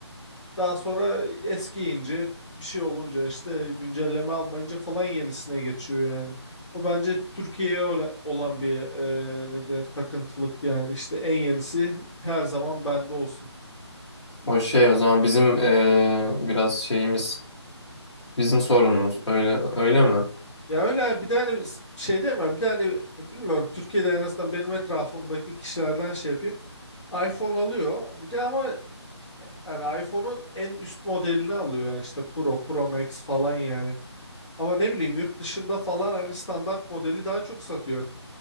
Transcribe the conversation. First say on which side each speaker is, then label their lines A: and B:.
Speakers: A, on the left (about 85°); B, on the left (about 70°).
A: Daha sonra eskiyince bir şey olunca işte güncelleme almayınca falan yenisine geçiyor yani. O bence Türkiye'ye ola- olan bir e, ne denir takıntılık yani işte en yenisi her zaman bende olsun.
B: O şey o zaman bizim e, biraz şeyimiz, bizim sorunumuz öyle öyle mi?
A: Ya öyle yani bir tane şey demiyorum bir tane bilmiyorum Türkiye'de en azından benim etrafımdaki kişilerden şey yapayım. iPhone alıyor bir de ama yani iPhone'un en üst modelini alıyor yani işte Pro, Pro Max falan yani. Ama ne bileyim yurt dışında falan hani standart modeli daha çok satıyor.